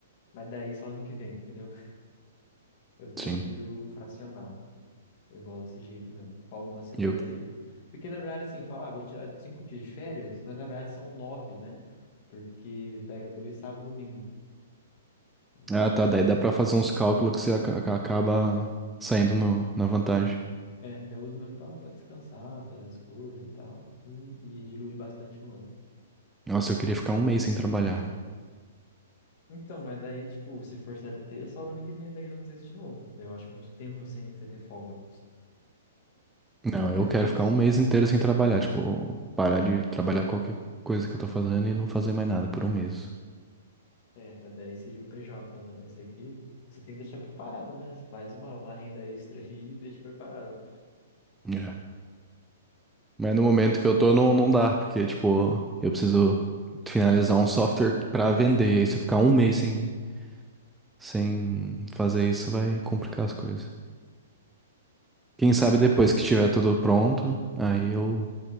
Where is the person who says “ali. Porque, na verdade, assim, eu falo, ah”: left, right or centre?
Left